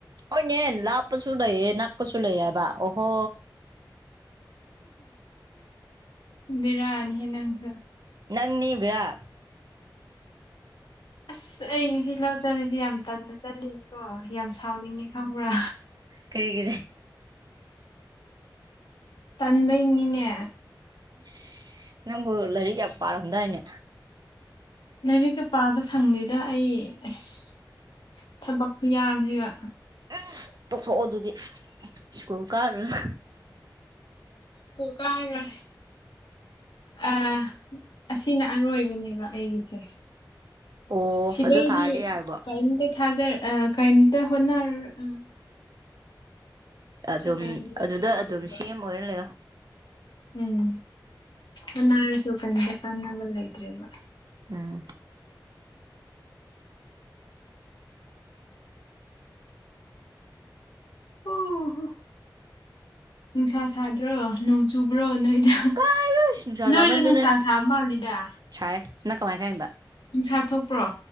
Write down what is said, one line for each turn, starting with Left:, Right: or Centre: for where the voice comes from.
Right: ꯍꯣꯏꯅꯦ ꯂꯥꯞꯄꯁꯨ ꯂꯩꯌꯦ ꯅꯛꯄꯁꯨ ꯂꯩꯌꯦ ꯍꯥꯏꯕ ꯑꯣꯍꯣ
Left: ꯕꯤꯔꯅꯤꯍꯦ ꯅꯪꯖꯨ
Right: ꯅꯪꯅꯤ ꯕꯦꯌꯥ
Left: ꯑꯁ ꯑꯩ ꯉꯁꯤ ꯂꯧ ꯆꯠꯂꯤꯁꯤ ꯌꯥꯝ ꯇꯟꯅ ꯆꯠꯂꯤꯅꯤꯀꯣ ꯌꯥꯝ ꯁꯥꯎꯅꯤꯡꯉꯤ ꯈꯪꯕ꯭ꯔꯥ
Right: ꯀꯩꯒꯤ
Left: ꯇꯟꯕꯩꯅꯤꯅꯦ
Right: ꯏꯁ ꯅꯪꯕꯨ ꯂꯥꯏꯔꯤꯛ ꯌꯥꯝ ꯄꯥꯔꯝꯗꯥꯏꯅꯦ
Left: ꯂꯥꯏꯔꯤꯛꯀ ꯄꯥꯕ ꯁꯪꯗꯦꯗ ꯑꯩ ꯑꯁ ꯊꯕꯛ ꯈꯨꯌꯥꯝꯖꯤꯒ
Right: ꯑꯦ ꯇꯣꯛꯊꯣꯛꯑꯣ ꯑꯗꯨꯗꯤ ꯁ꯭ꯀꯨꯜ ꯀꯥꯔꯨꯅꯨ
Left: ꯁ꯭ꯀꯨꯜ ꯀꯥꯔꯔꯣꯢ ꯑꯥ ꯑꯁꯤꯅ ꯑꯔꯣꯏꯕꯅꯦꯕ ꯑꯩꯒꯤꯁꯦ
Right: ꯑꯣ
Left: ꯁꯤꯗꯩꯗꯤ
Right: ꯑꯗꯨ ꯊꯥꯔꯗꯤ ꯌꯥꯔꯕꯣ
Left: ꯀꯩꯝꯇ ꯊꯥꯖꯔ ꯑꯥ ꯀꯩꯝꯇ ꯍꯣꯠꯅꯔꯔꯣ ꯑꯥ
Right: ꯑꯗꯨꯝ
Left: ꯀꯩꯝꯇ
Right: ꯑꯗꯨꯗ
Left: ꯀꯥꯟꯅꯗꯕ
Right: ꯑꯗꯨꯝ ꯁꯤ ꯑꯦꯝ ꯑꯣꯏꯔ ꯂꯩꯌꯣ
Left: ꯎꯝ ꯍꯣꯅꯔꯁꯨ ꯀꯩꯝꯇꯥ ꯀꯥꯟꯅꯕ ꯂꯩꯗ꯭ꯔꯦꯕ
Right: ꯎꯝ
Left: ꯑꯣ ꯍꯣ ꯅꯨꯡꯁꯥ ꯁꯥꯗ꯭ꯔꯣ ꯅꯣꯡ ꯆꯨꯕ꯭ꯔꯣ ꯅꯣꯏꯗ
Right: ꯀꯥꯏ ꯅꯨꯡꯁꯥ
Left: ꯅꯣꯏꯗꯣ
Right: ꯆꯥꯃꯟꯗꯅ
Left: ꯅꯨꯡꯁꯥ ꯁꯥꯕ ꯃꯥꯜꯂꯤꯗ
Right: ꯁꯥꯏ ꯅꯪ ꯀꯃꯥꯏꯟ ꯈꯪꯉꯤꯕ
Left: ꯅꯤꯡꯁꯥ ꯊꯣꯛꯄ꯭ꯔꯣ